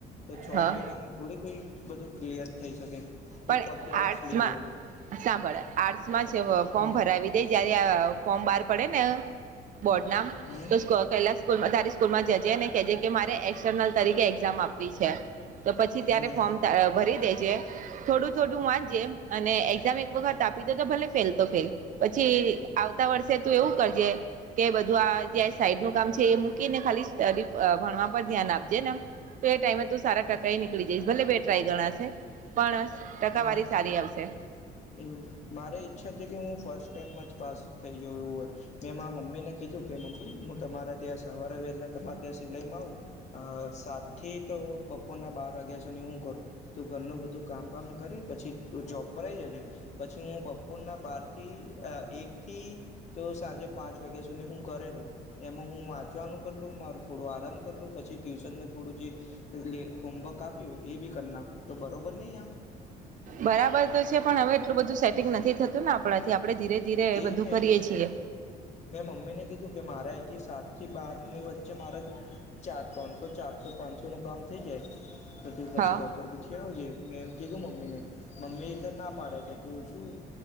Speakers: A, on the left; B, on the right.
A: તો છ
B: હા
A: મહિનામાં થોડી કોઈ બધું ક્લિયર થઈ શકે
B: પણ
A: ઉપરથી આર્ટસ
B: આર્ટસમાં
A: લીધું એમ
B: સાંભળ આર્ટસ માં જ ફોર્મ
A: હમ
B: ભરાવી જયારે ફોર્મ બહાર પડે ને બોર્ડ ના
A: હમ
B: તો સ્કો પેલા સ્કૂલ માં તારી સ્કૂલ માં જજે કેજે કે મારે એક્સટર્નલ તરીકે એક્ઝામ આપવી છે તો પછી ત્યારે
A: હમ
B: ફોર્મ ભરી દેજે થોડું થોડું વાંચે અને એક્ઝામ એક વખત આપી દે તો ભલે ફેલ તો ફેલ પછી આવતા વર્ષે તું એવું કરજે કે બધું આ જે સાઈડ નું કામ છે એ મૂકી ને ખાલી સ ભણવા પર ધ્યાન આપજે નેમ તે ટાઈમે તું સારા ટકાઈ નીકળી જઈશ ભલે બે ટ્રાય ગણાશે પણ પણ ટકાવારી
A: પણ
B: સારી આવશે
A: એવું મારે ઈચ્છા હતી કે હું ફર્સ્ટ ટાઈમા જ પાસ થઈ જવુ હોય મેં મારા મમ્મી ને કીધું કે મમ્મી હું તમારા ત્યાં સવારે વહેલા તમારા ત્યાં સિલાઈમાં આવું અ સાત થી તો બપોરના બાર વાગ્યા સુધી હું કરું તું ઘરનું બધું કામબામ કરી પછી જોબ પર ઈ જજે પછી હું બપોરના બારથી એક થી તો સાંજે પાંચ વાગ્યા સુધી હું ઘરે એમાં હું વાંચવાનું કર લુ મારું થોડું આરામ કરીલુ પછી ટ્યુશનને થોડું જે એટલે હોમવર્ક આપ્યું હોય એ બી કરી નાખો તો બરોબર નહી આમ
B: બરાબર તો છે પણ હવે એટલું બધું સેટિંગ નથી થતું ને આપણાથી આપણે ધીરે ધીરે એ
A: એજ
B: બધું
A: ને
B: કરીએ છીએ
A: મેં મમ્મી ને કીધું કે મારા અહીંથી સાત થી બારની વચ્ચે મારે તું ચાર ત્રણસો ચારસો પાંચસો નું કામ થઈ જાય તો તું પછી
B: હા
A: બપોર પછી છે આવજ મેં કીધું મમ્મી ને મમ્મી ને ના પાડે કે તું શું?